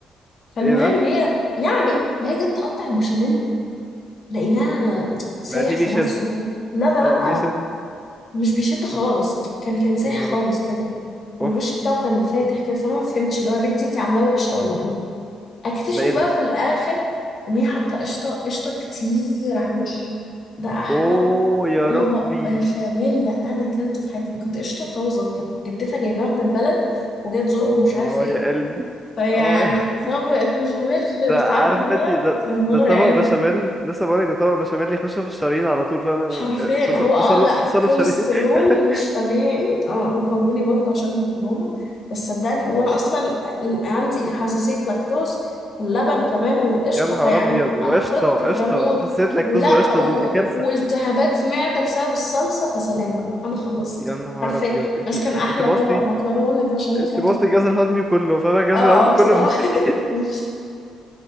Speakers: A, on the left (about 45°); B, in the centre.
A: فالمهم
B: <laughs> ايه ده؟
A: هي يعني فهي جت تقطع البشاميل لقيناها سايح
B: لا دي
A: في
B: بيشد
A: نفسه كده لا لا
B: اه بيشد
A: لا مش بيشد خالص
B: أم-
A: كان كان سايح
B: أمال
A: خالص كده والوش
B: اوف
A: بتاعه كان فاتح كده فانا ما فهمتش اللي هو يا بنتي انت عاملاه وحشه ولا ايه اكتشف
B: ده ايه
A: بقى
B: ده؟
A: في الاخر ان هي حاطه قشطه قشطه كتير على الوش ده احلى
B: اوه يا
A: طبق
B: ربي
A: بشاميل انا اكلته في حياتي وكانت قشطه طازه كانت جدتها جايباها من البلد وجايه تزورهم
B: اه
A: ومش عارف ايه
B: يا قلبي
A: فيعني
B: اه
A: طبق البشاميل اللي
B: ده
A: اتعمل
B: عارف
A: ده
B: انت ده
A: كان مرعب
B: ده طبق بشاميل لسه بقولك ده طبق بشاميل يخش في الشرايين على طول فاهم
A: حرفيا
B: تص-
A: هو اه
B: تصلب
A: لا
B: تصلب
A: كوليسترول
B: شرايين <laughs>
A: مش طبيعي اه وقولوني برضه عشان المكرونة بس صدقني وانا
B: اه
A: اصلا عندي حساسية لاكتوز اللبن كمان والقشطة
B: يا نهار
A: فيعني
B: ابيض وقشطه
A: انا كنت
B: قشطه
A: بموت
B: حسيت لك
A: ولا
B: طز وقشطه
A: و...
B: دي دي كارثه
A: والتهابات معدة بسبب الصلصة فسلام بقى انا خلصت
B: يا نهار
A: حرفيا
B: ابيض انت
A: بس كان احلى
B: انت بوظتي
A: طبق مكرونة بشاميل
B: انت
A: كلته
B: بوظتي
A: في حياتي
B: الجهاز الهضمي كله فاهم الجهاز
A: اه
B: الهضمي
A: آه،
B: كله
A: بصراحة
B: بيشتكي
A: <laughs> مش